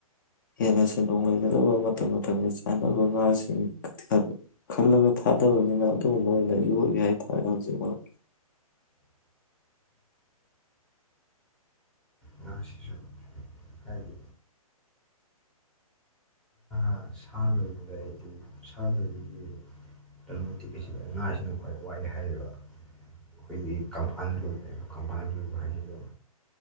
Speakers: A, on the left; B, in the centre.
A: ꯍꯦꯟꯅ ꯁꯦꯟꯗꯣꯡ ꯂꯩꯒꯗꯕ ꯃꯇꯝ ꯃꯇꯝꯒꯤ ꯆꯥꯅꯕ ꯉꯥꯁꯤꯡ <unintelligible> ꯈꯜꯂꯒ ꯊꯥꯗꯕꯅꯤꯅ ꯑꯗꯨꯒꯨꯝꯕ ꯑꯣꯏꯅ ꯌꯣꯛꯏ ꯍꯥꯏꯇꯥꯔꯦ ꯍꯧꯖꯤꯛ ꯑꯗꯣ
B: ꯉꯥꯁꯤꯁꯨ ꯍꯥꯏꯗꯤ ꯑꯥ ꯁꯥꯂꯣꯏꯕꯒ ꯑꯩꯗꯤ ꯁꯥ ꯂꯣꯏꯕꯒꯤ ꯂꯂꯨꯇꯤꯛꯀꯤꯁꯤꯗ ꯉꯥꯁꯤꯅ ꯈ꯭ꯋꯥꯏ ꯋꯥꯏ ꯍꯥꯏꯔꯤꯕ ꯑꯩꯈꯣꯏꯒꯤ ꯀꯪꯐꯥꯜ ꯂꯣꯏꯕꯅꯦꯕ ꯀꯪꯐꯥꯜꯅ ꯂꯣꯏꯕ ꯍꯥꯏꯁꯤ ꯑꯗꯨꯝ